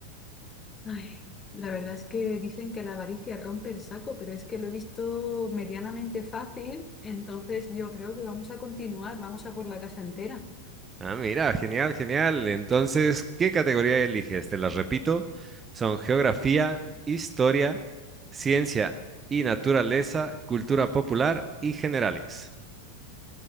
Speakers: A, on the left; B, on the right.
A: Ay, la verdad es que dicen que la avaricia rompe el saco, pero es que lo he visto medianamente fácil, entonces yo creo que vamos a continuar, vamos a por la casa entera.
B: Ah, mira, genial, genial. Entonces, ¿qué categoría eliges? Te las repito. Son geografía, historia, ciencia y naturaleza, cultura popular y generales.